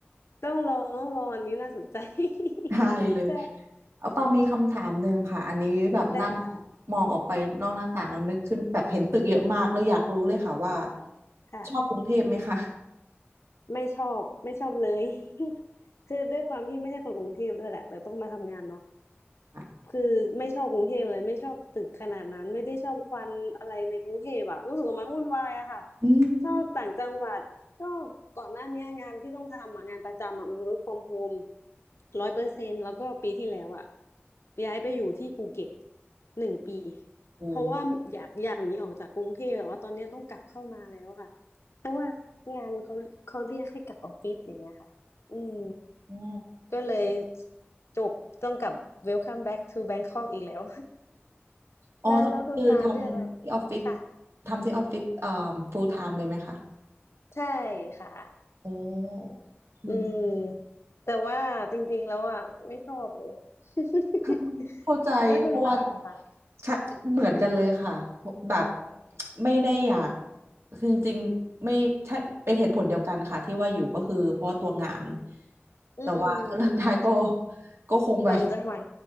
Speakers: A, on the left; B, on the right.
A: ต้องลองต้องลองอันนี้น่าสนใจ <laughs>
B: ได้เลย
A: ใช่
B: เอาปามีคำถามหนึ่งค่ะ อันนี้แบบนั่ง
A: ได้ค่ะ
B: มองออกไปนอกหน้าต่างแล้วนึกขึ้นแบบเห็นตึกเยอะมากเลยอยากรู้เลยค่ะว่า
A: ค่ะ
B: ชอบกรุงเทพไหมคะ
A: ไม่ชอบไม่ชอบเลย <laughs> คือด้วยความที่ไม่ใช่คนกรุงเทพด้วยแหละแต่ต้องมาทำงานเนาะ
B: ค่ะ
A: คือไม่ชอบกรุงเทพเลยไม่ชอบตึกขนาดนั้นไม่ได้ชอบควันอะไรในกรุงเทพอะรู้สึกว่ามันวุ่นวายอะค่ะ
B: อืม
A: ชอบต่างจังหวัดก็ก่อนหน้าเนี้ยงานที่ต้องทำอะงานประจำอะมัน work from home ร้อยเปอร์เซ็นต์แล้วก็ปีที่แล้วอะย้ายไปอยู่ที่ภูเก็ตหนึ่งปี
B: โอ้
A: เพราะว่าอยากอยากหนีออกจากกรุงเทพแต่ว่าตอนเนี้ยต้องกลับเข้ามาแล้วค่ะเพราะว่างานเขาเขาเรียกให้กลับออฟฟิศอย่างเงี้ยค่ะอืม
B: อ๋อ
A: ก็เลยจบต้องกลับ Welcome back to Bangkok อีกแล้ว <laughs>
B: อ๋อต้องคือทำที่ออฟฟิศ
A: แล้วแล้วคุณปาเลือกอะไรเหรอค่ะ
B: ทำที่ออฟฟิศเอ่อ full time เลยไหมคะ
A: ใช่ค่ะ
B: โอ้อืม
A: อืมแต่ว่าจริงๆ แล้วอ่ะไม่ชอบเลย <laughs>
B: เข้าใจเพราะว่า
A: แล้วคุณปาอะค่ะ
B: ชะเหมือนกันเลยค่ะแบบไม่ได้อยากคือจริงๆไม่ใช่เป็นเหตุผลเดียวกันค่ะที่ว่าอยู่ก็คือเพราะตัวงาน
A: อืม
B: แต่ว่าถ้าเลิกได้ก็
A: ใช่ใช่
B: ก็คงแบบ
A: ต่างจังหวัด